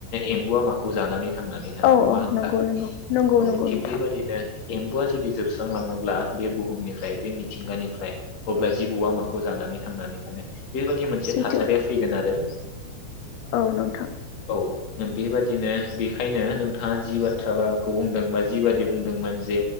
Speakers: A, on the left; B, on the left.
A: एम्बुआ माखौ जानानै थांनानै थानो
B: औ
A: नङा
B: औ
A: होनबा?
B: नंगौ नंगौ नंगौ
A: औ
B: नंगौ
A: थिग
B: नोंथां
A: बेबायदिनो एम्बुआ जुदि जोबस्रांलाङोब्ला बे बुहुमनिफ्राय बे मिथिंगानिफ्राय अब्ला जिबौवा माखौ जानानै थांनानै थानो बेबायादि मोनसे
B: सैथो
A: थासारिया फैगोन आरो
B: औ नोंथां।
A: औ बेबादिनो बे ओंखायनो नोंथाङा जि बाथ्राखौ बुंदों बा जि बादि बुंदो दोंमोन जे